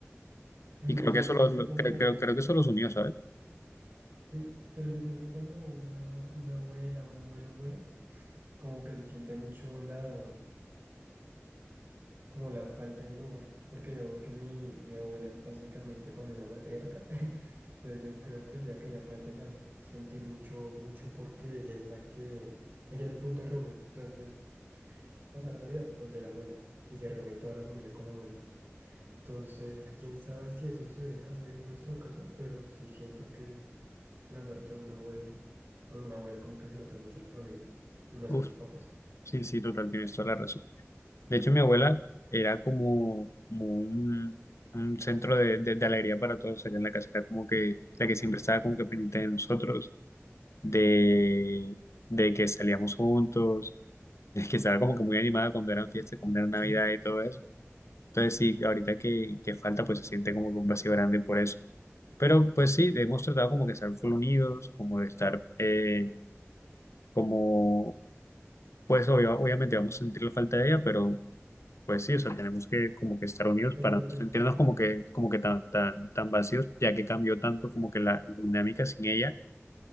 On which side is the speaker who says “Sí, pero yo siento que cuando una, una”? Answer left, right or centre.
Right